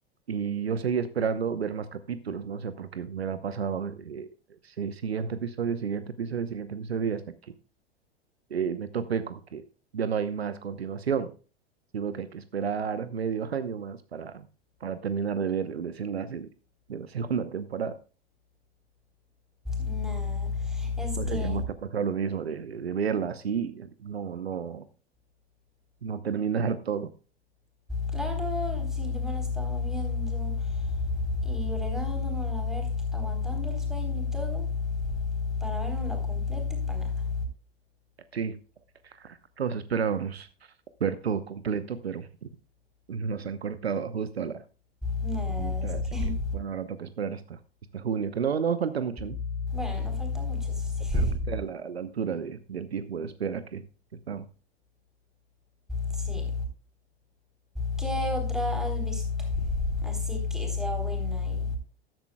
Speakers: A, on the right; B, in the centre.
A: Y yo seguí esperando ver más capítulos, ¿no? O sea, porque me la pasaba eh, sí, siguiente episodio, siguiente episodio, siguiente episodio, y hasta que eh, me topé con que ya no hay más continuación, sino que hay que esperar <laughs> medio año más para, para terminar de ver el desenlace de, de la <laughs> segunda temporada.
B: Nada. Es que,
A: No sé si a vos te ha pasado lo mismo de, de verla así, no, no, no terminar <laughs> todo.
B: claro, si yo me la estaba viendo y bregándonos a ver, aguantando el sueño y todo, para vernos la completa y para nada.
A: Sí, todos esperábamos ver todo completo, pero nos han cortado justo a la
B: Nada,
A: mitad,
B: es que,
A: así que bueno, ahora toca esperar hasta, hasta junio, que no, no falta mucho, ¿no?
B: <laughs> bueno, no falta mucho, eso
A: Espero
B: sí.
A: que esté a la, a la altura de, del tiempo de espera que, que estamos.
B: Sí. ¿Qué otra has visto? Así que sea buena y